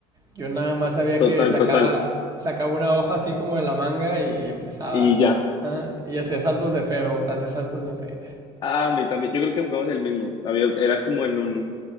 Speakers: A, on the right (about 30°); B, on the left (about 35°).
A: Yo nada más sabía
B: total,
A: que sacaba,
B: total,
A: sacaba una hoja así como de la manga y empezaba,
B: y ya.
A: ah, Y hacía saltos de fe, me gustaba hacer saltos de fe.
B: Ah, a mí también, yo creo que jugamos el mismo, Había- era como en un